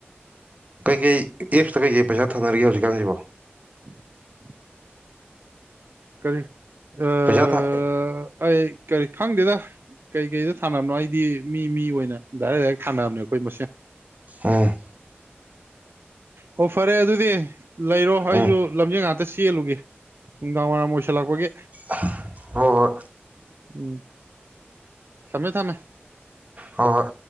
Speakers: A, on the right; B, on the right.
A: ꯀꯩꯀꯩ ꯑꯦꯞꯁꯇ ꯀꯩꯀꯩ ꯄꯩꯁꯥ ꯊꯥꯅꯔꯤꯒꯦ ꯍꯧꯖꯤꯛꯀꯥꯟꯁꯤꯕꯣ꯫
B: <inaudible> ꯀꯔꯤ? ꯑꯥ,
A: ꯄꯩꯁꯥ ꯊꯥ
B: ꯑꯩ ꯀꯔꯤ ꯈꯪꯗꯦꯗ꯫ ꯀꯩ ꯀꯩꯗ ꯊꯥꯅꯕꯅꯣ ꯑꯩꯗꯤ ꯃꯤ ꯃꯤ ꯑꯣꯏꯅ ꯗꯥꯏꯔꯦꯛ ꯗꯥꯏꯔꯦꯛ ꯊꯥꯅꯕꯅꯦ ꯑꯩꯈꯣꯏ ꯃꯁꯦꯟ꯫
A: ꯍꯥ
B: ꯑꯣ ꯐꯔꯦ ꯑꯗꯨꯗꯤ ꯂꯩꯔꯣ ꯑꯩꯁꯨ
A: ꯎꯝ
B: ꯂꯝꯖꯦꯜ ꯉꯥꯛꯇ ꯆꯦꯜꯂꯨꯒꯦ꯫ ꯅꯨꯡꯗꯥꯡ ꯋꯥꯏꯔꯝ ꯑꯣꯏꯁꯤꯜꯂꯛꯄꯒꯤ꯫
A: ꯍ ꯍꯣ ꯍꯣꯏ
B: ꯎꯝ ꯊꯝꯃꯦ ꯊꯝꯃꯦ꯫
A: ꯍꯣꯏ ꯍ‌ꯣꯏ